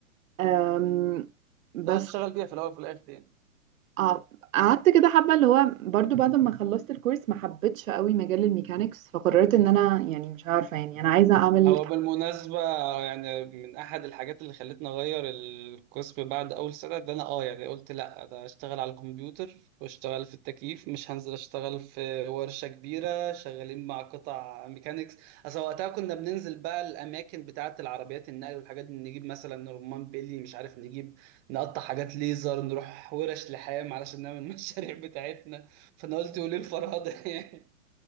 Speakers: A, on the right (about 65°); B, on the right (about 25°).
A: أم، بس
B: ده هتشتغل بيها في الاول وفي الاخر يعني
A: اه قعدت كده حبة اللي هو برضو بعد ما خلصت الكورس ما حبيتش قوي مجال الميكانيكس فقررت ان انا يعني مش عارفة يعني انا عايزة اعمل
B: هو بالمناسبة يعني من أحد الحاجات اللي خلتني أغير القسم بعد أول سنة ده أنا أه يعني قلت لأ ده أشتغل على الكمبيوتر وأشتغل في التكييف مش هنزل أشتغل في ورشة كبيرة شغالين مع قطع ميكانيكس أصل وقتها كنا بننزل بقى الأماكن بتاعة العربيات النقل والحاجات دي نجيب مثلا رمان بيلي مش عارف نجيب نقطع حاجات ليزر نروح ورش لحام علشان نعمل <laughs> المشاريع بتاعتنا فأنا قلت وليه الفرهدة <laughs> يعني